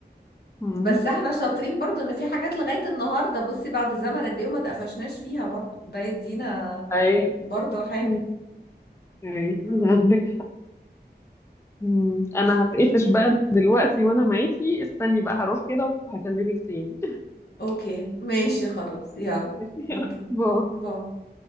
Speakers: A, on the left; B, on the left.
A: مم.
B: بس احنا شاطرين برضو ان في حاجات لغاية النهاردة بصي بعد زمن قد ايه وما تقفشناش فيها برضو ده يدينا
A: اي
B: برضو حاجة
A: مم. اي
B: آه،
A: عندك مم.
B: ماشي.
A: انا هتقفش بقى دلوقتي وانا معاكي استني بقى هروح كده وهكلمك تاني <laughs>
B: اوكي ماشي خلاص يلا
A: ماشي
B: اوكي
A: يلا. باي
B: باي